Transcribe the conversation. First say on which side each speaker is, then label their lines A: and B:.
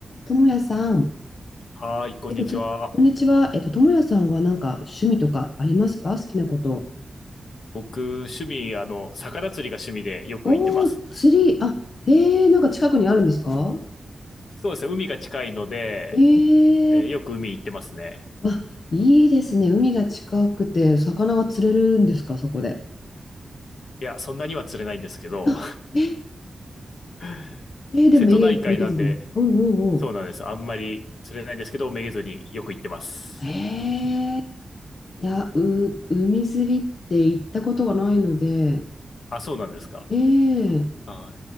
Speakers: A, on the left; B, on the left.
A: ともやさん、
B: はーい、こんにちは。
A: えっと、とこんにちは。えっと、ともやさんはなんか趣味とかありますか好きなこと。
B: 僕、趣味、あの、魚釣りが趣味でよく行ってます。
A: おー、釣り、あ、えー、なんか近くにあるんですか
B: そうですね、海が近いので、
A: えー、
B: えーよく海行ってますね。
A: わ、いいですね。海が近くて、魚が釣れるんですかそこで。
B: いや、そんなには釣れないんですけど、
A: あ、えー、
B: <laughs>
A: えーでもめげ、
B: 瀬戸内海なんで、
A: めげずに。うんうんう
B: そうなんです。あんまり釣れないんですけど、めげずによく行ってます。
A: ん。えー、いや、う、海釣りって行ったことがないので、
B: あ、そうなんですか。
A: えー
B: は